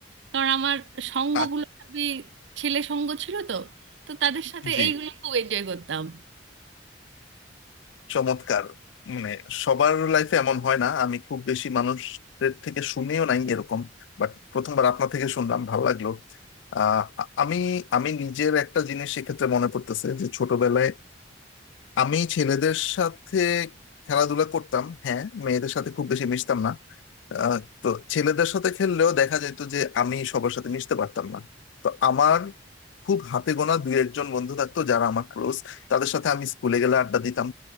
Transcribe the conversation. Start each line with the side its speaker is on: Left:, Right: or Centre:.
Right: কারণ আমার সঙ্গগুলো
Left: আ-
Right: সবই ছেলে সঙ্গ ছিল তো তো তাদের সাথে
Left: জি
Right: এইগুলো খুব এনজয় করতাম
Left: চমৎকার মানে সবার লাইফে এমন হয় না আমি খুব বেশি মানুষদের থেকে শুনেও নাই এরকম বাট প্রথমবার আপনার থেকে শুনলাম ভালো লাগলো আহ, আ- আমি আমি নিজের একটা জিনিস এক্ষেত্রে মনে পড়তেছে যে ছোটবেলায় আমি ছেলেদের সাথে খেলাধুলা করতাম হ্যাঁ মেয়েদের সাথে খুব বেশি মিশতাম না আহ, তো ছেলেদের সাথে খেললেও দেখা যেত যে আমি সবার সাথে মিশতে পারতাম না তো আমার খুব হাতে গোনা দুই একজন বন্ধু থাকতো যারা আমার ক্লোজ তাদের সাথে আমি স্কুলে গেলে আড্ডা দিতাম